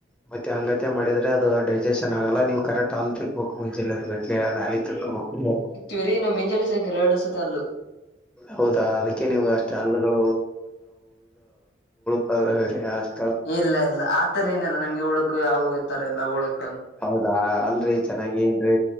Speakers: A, in the centre; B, on the left.
A: ಮತ್ತೆ ಅಂಗತ್ಯ ಮಾಡಿದ್ರೆ ಅದು ಡೈಜೆಷನ್ ಆಗಲ್ಲ ನೀವು ಕರೆಕ್ಟ್ ಆಲ್ ತಿಕ್ಬೇಕು ಮುಂಜೆಲ್ಲ ಅದ ಗಡ್ಡಿ. ನಾಳೆ ತನಕ ಹೋಗ.
B: ಇವ್ರೀ ನಮ್ಮ ಮಿಂಜಲಿ ಸಂಕ್ಯ ಎರಡು ಸತಿ ಆದ್ಲು.
A: ಹೌದಾ ಅದಕ್ಕೆ ನೀವು ಅಷ್ಟ ಹಾಲು. <unintelligible>
B: ಇಲ್ಲ ಇಲ್ಲ ಆತರ ಏನಲ್ಲ ನಮ್ಗೆ ಉಳಕು ಯಾವ ತರ ಇಲ್ಲ ಉಳಕ್.
A: ಹೌದಾ ಅಲ್ರರಿ ಚೆನ್ನಾಗಿ ಏನ್ರಿ